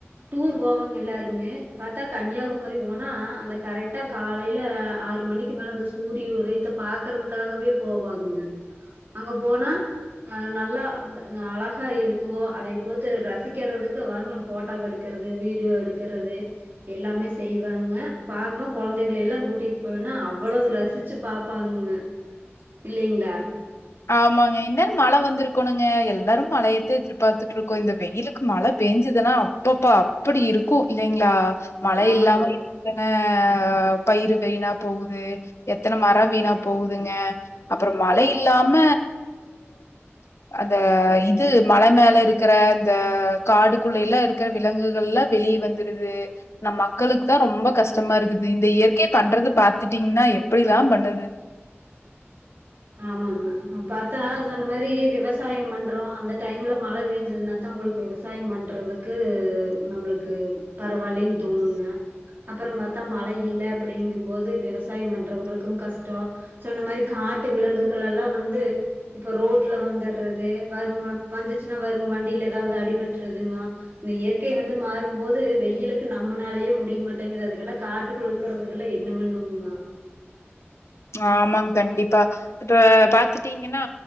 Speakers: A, on the right (about 45°); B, on the left (about 75°).
A: டூர் போவாங் எல்லாருமே பாத்தா கன்னியாகுமரி போனா அந்த கரெக்டா காலைல ஆறு மணிக் கி மேல அந்த சூரிய உதயத்த பாக்குறதுக்காகவே போவாங்க அங்க போனா அ நல்லா அழகா இருக்கு அதை போத்து ரசிக்கிறதுக் வர்ணு ஃபோட்டோவ எடுக்கறது வீடியோ எடுக்கறது எல்லாமே செய்வாங்க பாக்கணு கொழந்தைகளையெல்லா கூட்டிட் போனுன்னா அவ்வளவு ரசிச்சு பாப்பாங்கங்க இல்லைங்ளா
B: ஆமாங்க இன்நேரோ மழ வந்திருக்கோணுங்க எல்லாரும மழையதா எதிர்பாத்துட்ருக்கோ இந்த வெயிலுக்கு மழ பேஞ்சிதுனா அப்பப்ப அப்டி இருக்கு இல்லைங்ளா மழ
A: ஆமாங்க
B: இல்லாம அ பயிரு வைணா போகுது எத்தன மர வீணா போகுதுங்க அப்பறோ மழ இல்லாம அந்த இது மல மேல இருக்கற அந்த காடுக்கககுள்ளேல்லா இருக்கற விலங்குகள் எல்லா வெளிய வந் துருது நம் மக்களுக்கு தா ரொம்ப கஷ்டமா இருக்குது இந்த இயற்கை பண்றது பாத்துட்டீங்னா எப்டில்லா பண்ணுது
A: ஆமாங்க அ பாத்தா சொன்ன மாரி விவசாய பண்றோ அந்த டைம்ல மழ பேஞ்சதுனாதா உங்குளுக் விவஸ் சாயம் பண்றதுக்கு நம்முளுக்கு பரவால்லேன் தோணுங்க அப்புறோ பாத்தா மழ இல்ல அப்டிங்கும்போது விவசாயம் பண்றவங்களுக்கு கஷ்டோ சொன்ன மாரி காட்டு விலங்குகள் எல்லா வந்து இப்ப ரோட்ல வந்தட்றது வருங்க வந்துச்சுனா வருங் வண்டியில ஏதாவத் அடிபட்ருதுங்கோ இந்த இயற்கை வந்து மாறும்போது வெயிலுக்கு நம்மனாலயே முடியா மாட்டேங்கது அதுகெல்லா காட்டு க்குள் இருக்கறதுகெல்லா என்ன வண்ணும்ங்கோ
B: ஆமாங் கண்டிப்பா இப்ப பாத்துட்டீங்கனா